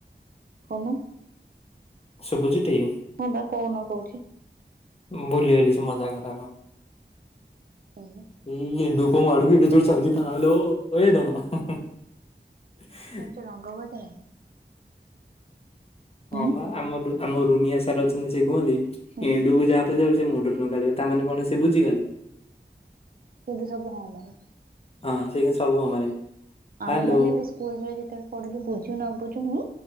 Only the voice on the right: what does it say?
କହୁନ?
ହଁ ପା କହୁନ କୋଉଠି।
ଉ ହୁଁ।
ସେରଙ୍ଗ ବଦଳାଏ।
ହୁଁ
ହୁଁ
କିନ୍ତୁ ସବୁ ହଁ ମାରେ
ଆମେ ମାନେ ବି ସ୍କୁଲ୍ ବେଳେ ଯେତେବେଳେ ପଡୁଚି ବୁଝୁ ନ ବୁଝୁ ହୁଁ